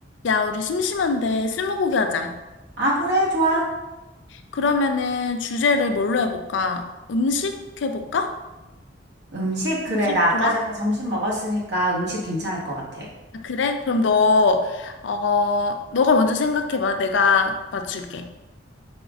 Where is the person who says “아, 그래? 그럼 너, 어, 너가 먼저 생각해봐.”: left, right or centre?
Left